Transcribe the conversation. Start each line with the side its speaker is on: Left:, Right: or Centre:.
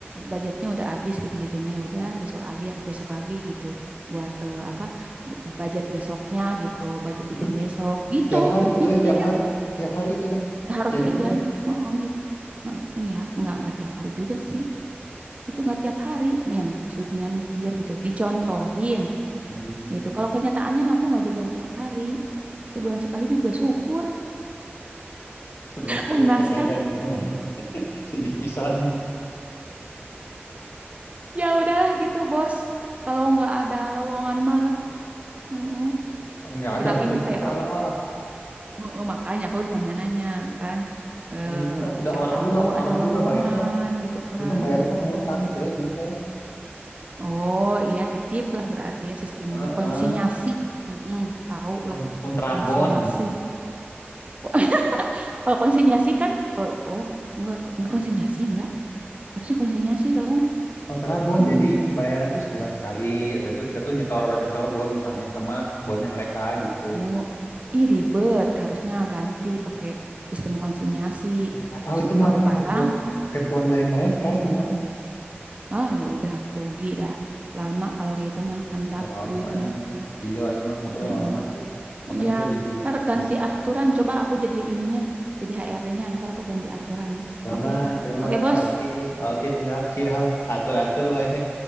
Right: Budgetnya udah habis gitu jajannya udah besok lagi besok lagi gitu buat eh, apa j- budget besoknya gitu, budget jajan
Left: Itu
Right: besok gitu.
Left: tiap hari itu
Right: Mikir,
Left: teh, tiap hari, tiap hari itu teh
Right: gak harus
Left: jajan
Right: jajan.
Left: teh.
Right: Heeh, gitu. Heeh, ya, nggak nggak tiap hari juga sih itu nggak tiap hari ya maksudnya mikir gitu dicontohin
Left: Hmm,
Right: gitu kalau kenyataannya mah aku nggak jajan tiap hari sebulan sekali juga syukur
Left: sebulan sekali
Right: mengenaskan
Left: bukan jajan
Right: ya
Left: itu. <laughs> Sedih pisan.
Right: ya udahlah gitu bos kalau nggak ada lowongan malah ya eh,
Left: nggak
Right: kirain
Left: ada tuh, cuy
Right: teh
Left: susah
Right: aku
Left: lah
Right: eh, eh, makanya aku nanya-nanya kan eh,
Left: ini juga tuh ada
Right: siapa
Left: orang
Right: tahu
Left: juga
Right: ada
Left: orang
Right: lowongan
Left: juga bayarnya
Right: gitu kan
Left: juga bayarnya ngutang cuy ini teh
Right: oh iya titip lah berarti ya sistemnya
Left: Heeh.
Right: konsinyasi mm tahu
Left: Kon-
Right: lah
Left: kontrabon
Right: konsinyasi kok Kalau konsinyasi kan, oh, oh, enggak, enggak konsinyasi, enggak. Harusnya konsinyasi dong.
Left: kontrabon
Right: Hmm.
Left: jadi bayarnya tuh sebulan sekali udah itu kita tuh nyetor nyetor bon disamain sama bonnya mereka gitu
Right: Oh, ih ribet. Harusnya ganti pakai sistem konsinyasi.
Left: ya nggak tahu
Right: Store
Left: itu mah ketentuan
Right: barang,
Left: ketentuan dari mereka itu mah
Right: ah ya udah rugi dah. Lama kalau kayak itu mah, ngendap
Left: ya lama
Right: duitnya.
Left: emang iya emang motornya
Right: Mm-mm.
Left: lama cuy makanya
Right: Iya,
Left: saya jadi
Right: ntar ganti
Left: susah
Right: aturan. Coba aku jadi ininya, jadi HRD-nya, ntar aku ganti aturan ya.
Left: coba
Right: Oke,
Left: coba
Right: Oke bos.
Left: oke oke siap siap atur atur weh